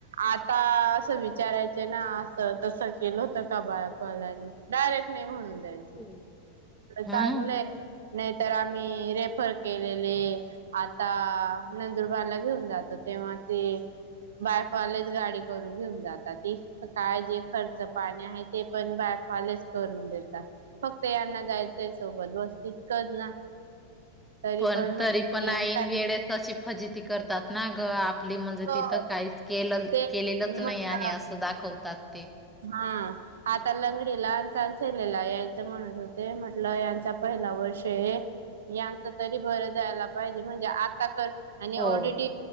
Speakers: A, on the right; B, in the centre.
A: आता असं विचारायच. जे ना असं तसं केलं होत का बायाफला डायरेक्ट नाही म्हणून जायच.
B: <unintelligible> हम्म
A: चांगलंय नाहीतर आम्ही रेफर केलेले. आता नंदुरबारला घेऊन जातो तेव्हा ते बायफलेच गाडी करून घेऊन जातात ती काय जे खर्च पाणी आहे ते पण बाय करून देतात फक्त यांना जायचंय सोबत <unintelligible> कर ना तरी
B: पण
A: म्हण
B: तरी पण आईन
A: काय
B: वेळेस अशी फजिती करतात ना ग आपली म्हणजे
A: हो
B: तिथं काहीच केेलच.
A: ते
B: केलेलंच
A: मला
B: नाही आहे असं दाखवतात ते
A: हा आता लंगडीला चांसलेला यायचं म्हणत होते म्हटलं यांचा पहिला वर्ष हे यांच तरी बरं जायला पाहिजे म्हणजे आता कर आणि
B: हो
A: ओडीटी